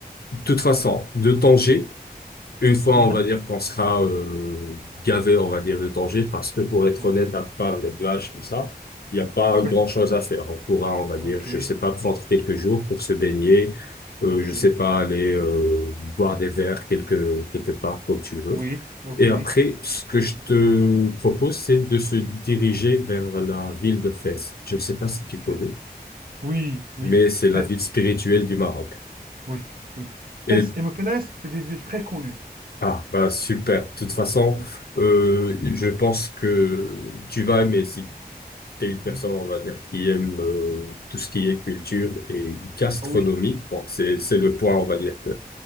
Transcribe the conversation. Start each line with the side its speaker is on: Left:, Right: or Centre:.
Left: de toute façon, de Tanger, Une fois,
Right: Mhm.
Left: on va dire qu'on sera euh, gavé, on va dire, de danger, parce que pour être
Right: Ouais.
Left: honnête, à part les plages, tout ça, il n'y a pas
Right: Oui,
Left: grand-chose à faire. On pourra, on va
Right: ok,
Left: dire, je sais pas, prendre quelques jours pour se baigner, euh,
Right: ok,
Left: je sais pas, aller euh, boire des verres quelque, quelque part, comme tu veux.
Right: oui, ok.
Left: Et après, ce que je te propose, c'est de se diriger vers la ville de Fès. Je ne sais pas si tu connais,
Right: Fès. Oui, oui,
Left: mais c'est la
Right: Fès,
Left: ville spirituelle du Maroc.
Right: oui, oui.
Left: Et
Right: Fès et Meknès, c'est des villes très connues.
Left: Ah, bah super. De toute façon,
Right: Mhm.
Left: euh, je pense que tu vas aimer si tu es une personne,
Right: Mhm.
Left: on va dire, qui aime euh, tout ce qui est culture et gastronomie.
Right: Ah Oui,
Left: Bon, c'est, c'est le point, on va dire, que,